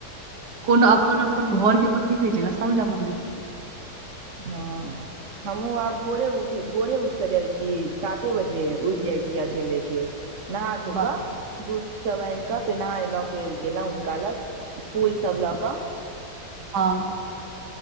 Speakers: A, on the right (about 70°); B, on the right (about 50°).
A: कोनो अपन अपन घर के मंदिर नहि छै ने सब ले मंदिर छै न
B: हाँ हमहूँ आब भोरे उठे भोरे उठ क के जाई छी साते बजे उठ जाई छी आ चलि जाई छियै नहा धो
A: वाह
B: कऽ दूध सब आइन कऽ फेर नहा एलहुं फेर गेलों हुनका लग फूल सब लऽ कऽ
A: हं